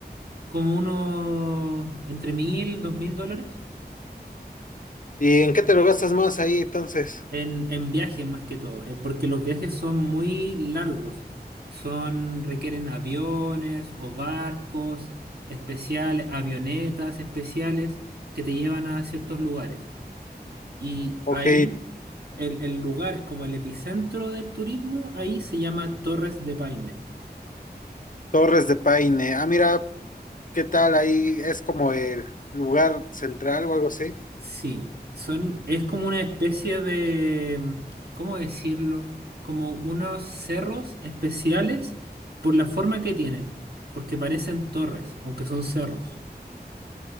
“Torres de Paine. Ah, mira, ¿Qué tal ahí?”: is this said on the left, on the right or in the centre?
Left